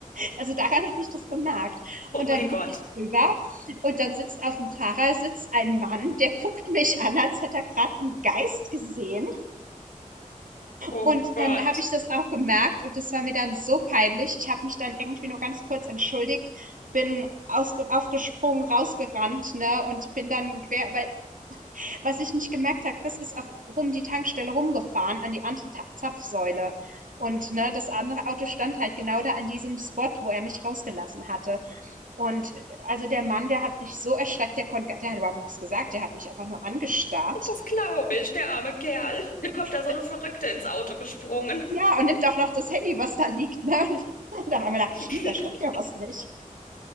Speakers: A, on the right; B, on the left.
A: also daran habe ich das gemerkt.
B: Oh
A: Und
B: mein
A: dann gucke
B: Gott.
A: ich rüber und dann sitzt auf dem Fahrersitz ein Mann, der guckt mich an, als hätte er gerade einen Geist gesehen.
B: Oh
A: Und
B: Gott.
A: dann habe ich das auch gemerkt und das war mir dann so peinlich. Ich habe mich dann irgendwie nur ganz kurz entschuldigt, bin ausge aufgesprungen, rausgerannt, ne, und bin dann quer, weil was ich nicht gemerkt habe, Chris ist auf rum die Tankstelle rumgefahren an die andere Ta Zapfsäule. Und ne, das andere Auto stand halt genau da an diesem Spot, wo er mich rausgelassen hatte. Und äh, also der Mann, der hat sich so erschreckt, der konnte, der hat überhaupt nichts gesagt, der hat mich einfach nur angestarrt.
B: Das glaube ich, der arme Kerl. Mir kommt da so
A: Das,
B: eine Verrückte ins Auto gesprungen.
A: Ja, und nimmt auch noch das Handy, was da liegt, ne? Und <laughs> dann auf einmal dachte
B: <laughs>
A: ich, hm, da stimmt ja was nicht.